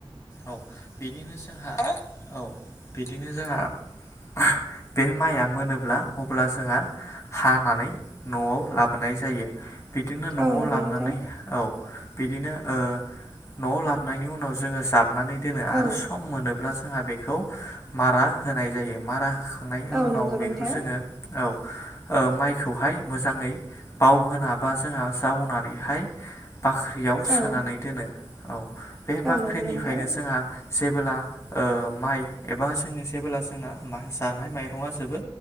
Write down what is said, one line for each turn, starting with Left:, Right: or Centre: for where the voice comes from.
Left: औ बेनिनो जोंहा <unintelligible> औ बिदिनो जोंहा <unintelligible> बे माइआ मोनोब्ला अब्ला जोंहा हानानै न'आव लाबोनाय जायो बिदिनो
Centre: औ
Left: न'आव
Centre: नंगौ नोंथां औ नंगौ
Left: लाबनानै
Centre: नोंथां
Left: औ बिदिनो ओ न'आव लाबनायनि उनाव जोङो जाबनानै दोनो
Centre: औ
Left: आरो सम मोनोब्ला जों जोंहा बेखौ मारा होनाय जायो मारा खांनायनि
Centre: औ
Left: उनाव
Centre: नंगौ
Left: बेखौ
Centre: नोंथां
Left: जोङो औ ओ माय खौहाय मोजाङै बावहोना बा जावनानैहाय बाख्रियाव
Centre: औ
Left: सोनानै दोनो औ बे बाख्रिनिफ्रायनो
Centre: औ नोंथां
Left: जोंहा जेबोला ओ माइ एबा जोंनि जेबोला जोंना मा जानाय माइरङा जोबो